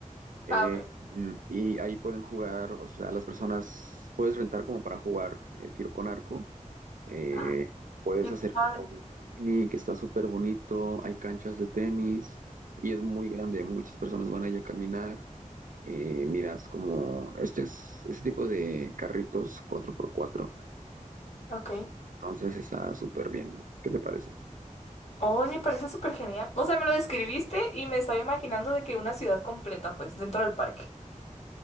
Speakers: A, on the right; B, on the left.
A: Eh,
B: Ah, ok.
A: mm, y ahí pueden jugar, o sea, las personas puedes rentar como para jugar eh, tiro con arco. eh,
B: Ah,
A: puedes
B: qué
A: hacer
B: padre.
A: como un picnic, está súper bonito, hay canchas de tenis y es muy grande, muchas personas van allá a caminar. eh, miras como este es este tipo de carritos cuatro por cuatro,
B: Ok.
A: entonces está súper bien. ¿Qué te parece?
B: Hoy me parece súper genial. O sea, me lo describiste y me estaba imaginando de que una ciudad completa, pues, dentro del parque.